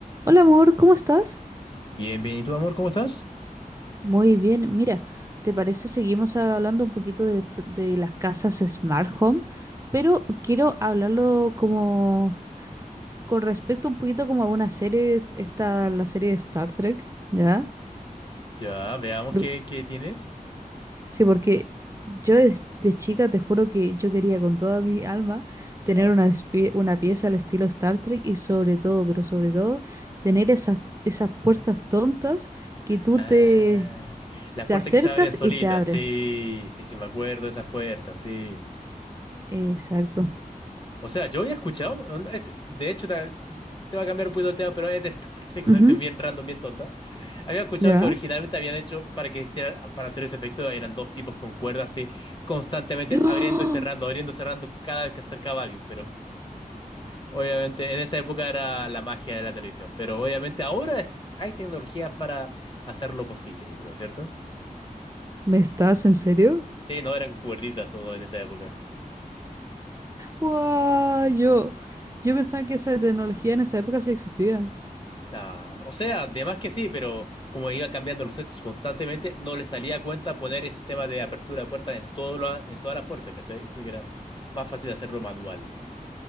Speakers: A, on the right; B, on the left.
A: Hola amor, ¿cómo estás?
B: Bien, bien. ¿Y tú, amor, cómo estás?
A: Muy bien, mira, ¿te parece seguimos hablando un poquito de, esto- de las casas Smart Home? Pero quiero hablarlo como con respecto un poquito como a una serie, esta, la serie de Star Trek, ¿ya?
B: Ya, veamos
A: Por-
B: qué, qué tienes.
A: sí, porque yo de, de chica te juro que yo quería con toda mi alma
B: Ya.
A: tener una, espie- una pieza al estilo Star Trek y sobre todo, pero sobre todo, tener esas, esas puertas tontas que tú
B: Ah,
A: te,
B: las
A: te
B: puertas
A: acercas
B: que se abren solitas.
A: y se abren.
B: Sí, sí, sí, me acuerdo de esas puertas, sí.
A: Exacto.
B: O sea, yo había escuchado. onda, este- De hecho, ta- te, va a cambiar un poquito el tema, pero es de Star Trek, una
A: Ujú,
B: cuestión bien random, bien tonta. Había escuchado
A: ¿Ya?
B: que originalmente habían hecho para que hiciera, para hacer ese efecto, eran dos tipos con cuerdas así, constantemente
A: ¡Oh!
B: abriendo y cerrando, abriendo y cerrando cada vez que acercaba a alguien, pero Obviamente, en esa época era la magia de la televisión, pero obviamente ahora hay tecnologías para hacerlo posible, yo creo, ¿cierto?
A: ¿Me estás en serio?
B: Sí, no eran cuerditas todo en esa época.
A: ¡Wow! Yo, yo pensaba que esa tecnología en esa época sí existía.
B: Nah, o sea, además que sí, pero como iba cambiando los sets constantemente, no le salía a cuenta poner ese tema de apertura de puertas en, todo la- en todas las puertas, ¿cachai? Así que era más fácil hacerlo manual.